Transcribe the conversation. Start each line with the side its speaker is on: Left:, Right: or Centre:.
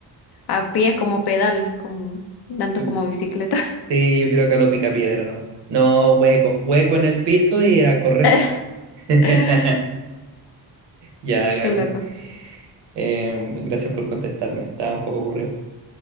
Left: A pie como pedal, con, dando
Right: Y-
Left: como bicicleta.
Right: Sí, yo creo que a lo pica piedra nomás. No, hueco hueco en el piso y a correr.
Left: <laughs>
Right: <laughs>
Left: Qué
Right: Ya, Gaby.
Left: loco.
Right: Eh, gracias por contestarme, estaba un poco aburrido.